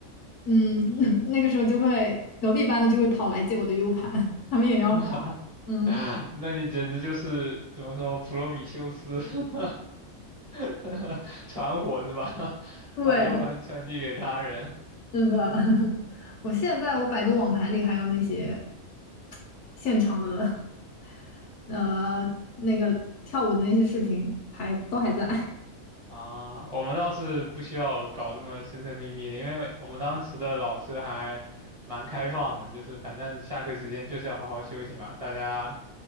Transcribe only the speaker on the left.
嗯，<laughs> 那个时候就会隔壁班的就会跑来借我的 U 盘，他们也要还。
嗯，
对。
是的，<laughs> 我现在我百度网盘里还有那些现场的 <laughs> 呃那个跳舞的那些视频还都还在。